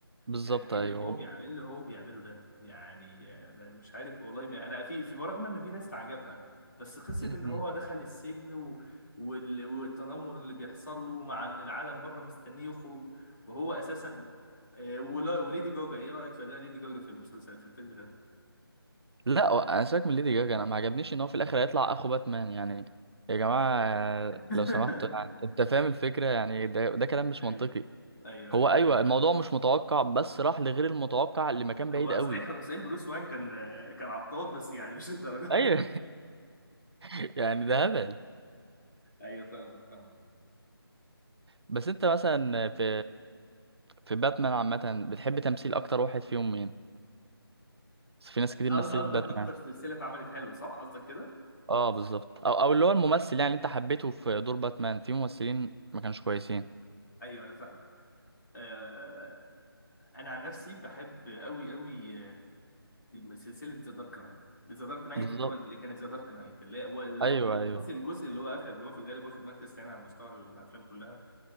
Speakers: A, on the right; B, on the left.
A: بالظبط
B: يعني ايه
A: ايوه
B: اللي هو بيعمل ايه اللي هو بيعمله ده يعني آه، مش عارف والله بي- انا في في برغم ان في ناس تعجبها بس قصه
A: مم.
B: ان هو دخل السجن و... وال... والتنمر اللي بيحصل له مع ان العالم بره مستنيه يخرج وهو اساسا آه، ولا... وليدي جوجا ايه رايك في ده ليدي جوجا في المسلسل في الفيلم ده
A: لا هو انا ساك من ليدي جاجا انا ما عجبنيش ان هو في الاخر هيطلع اخو باتمان يعني يا جماعه
B: <laughs>
A: لو سمحتوا يعني انت فاهم الفكره يعني ده ده كلام مش
B: ايوه
A: منطقي
B: ايوه
A: هو
B: ايوه
A: ايوه ايوه الموضوع مش متوقع بس راح لغير المتوقع لمكان
B: هو
A: بعيد قوي
B: صحيح صحيح بروس واين كان آه، كان عطاط بس يعني مش الدرجه
A: ايوه
B: دي
A: <laughs> يعني ده هبل
B: ايوه فاهمك فاهمك
A: بس انت مثلا في في باتمان عامه بتحب تمثيل اكتر واحد فيهم مين في ناس كتير
B: قصدك
A: مثلت باتمان
B: اكتر سلسله اتعملت حلوه صح قصدك كده
A: اه بالظبط او او اللي هو الممثل يعني اللي انت حبيته في دور باتمان في ممثلين ما كانوش كويسين
B: ايوه انا فاهمك آه، انا عن نفسي بحب قوي قوي سلسله ذا دارك نايت ذا دارك نايت
A: بالظبط
B: اللي هو اللي كانت ذا دارك نايت اللي هو اللي
A: ايوه
B: هو-
A: ايوه
B: خلاص الجزء اللي هو اخذ اللي هو في الغالب واخد مركز ثاني على مستوى الافلام كلها